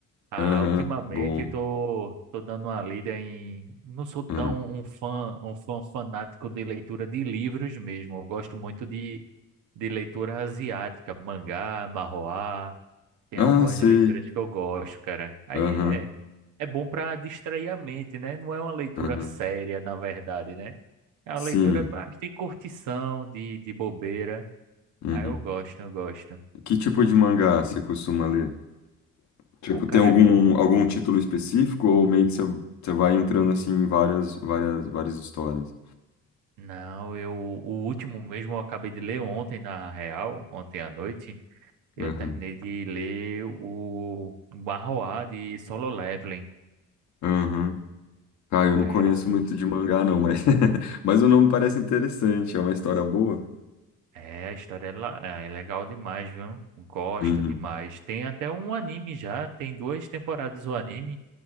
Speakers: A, on the right; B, on the left.
A: Ah,
B: Aham,
A: ultimamente
B: bom.
A: tô, tô dando uma lida em. Não sou tão
B: Hum.
A: um fã, um fã fanático de leitura de livros mesmo. Eu gosto muito de, de leitura asiática, mangá, manhwa. Tem
B: Ah,
A: algumas
B: sei.
A: leituras que eu gosto, cara. Aí
B: Aham,
A: é, é bom pra distrair a mente, né? Não é uma leitura
B: aham.
A: séria, na verdade, né? É
B: Sim.
A: uma leitura mais de curtição, de, de bobeira.
B: Uhum.
A: Aí eu gosto, eu gosto.
B: Que tipo de mangá você costuma ler? Tipo,
A: Pô, cara,
B: tem algum,
A: eu,
B: algum título específico ou meio que você, você vai entrando assim em várias, várias, várias histórias?
A: Não, eu o último mesmo eu acabei de ler ontem na real, ontem à noite, eu
B: Aham,
A: terminei de ler o Barroá de Solo Leveling.
B: aham. Ah, eu
A: Aí
B: não conheço
A: é, o-
B: muito de mangá, não, mas, <laughs> mas o nome parece interessante. É uma história boa?
A: é, a história é, la- é é legal demais, viu? Gosto
B: Uhum.
A: demais. Tem até um anime já, tem duas temporadas o anime,